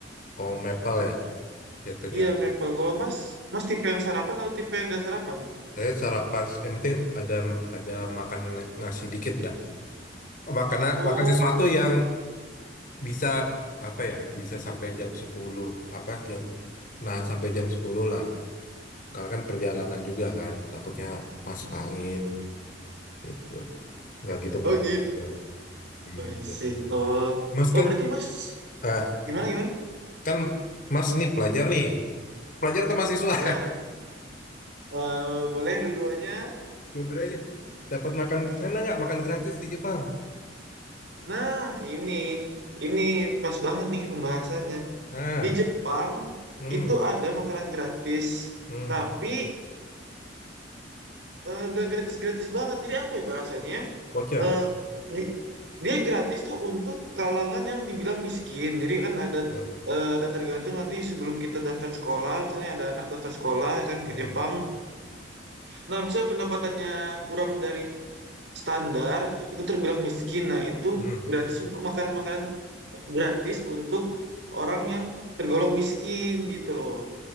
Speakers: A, on the left (about 50°); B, on the right (about 65°).
A: Oh, maple ya jatuhnya.
B: Iya, maple. Kalau Mas, Mas tipe yang sarapan atau tipe yang gak sarapan?
A: Saya sarapan yang penting ada ada makan nasi dikit dah. Makan
B: Oh,
A: makan sesuatu yang bisa apa ya? Bisa sampai jam 10 apa jam nah sampai jam 10 lah. Karena kan perjalanan juga kan, takutnya masuk angin gitu. Nggak gitu
B: oh
A: berat.
B: gitu.
A: Ya. Iya.
B: Isi. Oh,
A: Mas
B: oh
A: kan
B: berarti Mas
A: eh
B: gimana gimana?
A: kan Mas nih pelajar nih. Pelajar atau mahasiswa?
B: Iya, eh, boleh dua-duanya.
A: <laughs> Dua-duanya. Dapat makan di sana nggak? Makan gratis di Jepang.
B: Nah, ini ini pas banget nih pembahasannya.
A: Ah.
B: Di Jepang
A: hmm
B: itu ada makanan gratis,
A: Hmm,
B: tapi eh, nggak gratis-gratis banget. Jadi apa ya bahasanya? ya?
A: voucher.
B: Eh, di- dia gratis tuh untuk kalangan yang dibilang miskin. Jadi kan ada
A: Hmm,
B: eh, ada tergantung nanti sebelum kita daftar sekolah, misalnya ada anak daftar sekolah ya kan ke
A: hmm,
B: Jepang. Nah, misalnya pendapatannya kurang dari standar, itu terbilang miskin. Nah, itu
A: hmm.
B: gratis untuk makanan-makanan gratis untuk orang yang tergolong miskin gitu loh.